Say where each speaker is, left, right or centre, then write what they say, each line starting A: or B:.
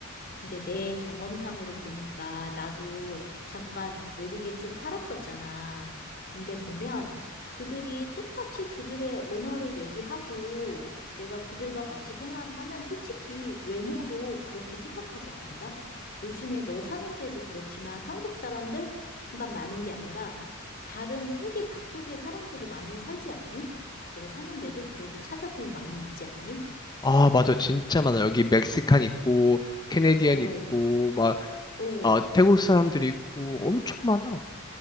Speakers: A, on the left; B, on the left.
A: 근데 내 경험상으로 보니까 나도 잠깐 외국에 좀 살았었잖아. 근데 보면 그들이 똑같이 그들의 언어를 얘기하고 내가 그들과 같이 생활을 하면 솔직히 외모로 그렇게 생각하지 않는다. 요즘에 너 사는데도 그렇지만 한국 사람들 만 많은 게 아니라 다른 세계 각국의 사람들이 많이 살지 않니? 너 사는데도 그래도 찾아보면 많이 있지 않니?
B: 아, 맞아. 진짜 많아. 여기 멕시칸 있고, 캐네디언
A: 오,
B: 있고, 막,
A: 오,
B: 아, 태국 사람들이 있고, 엄청 많아.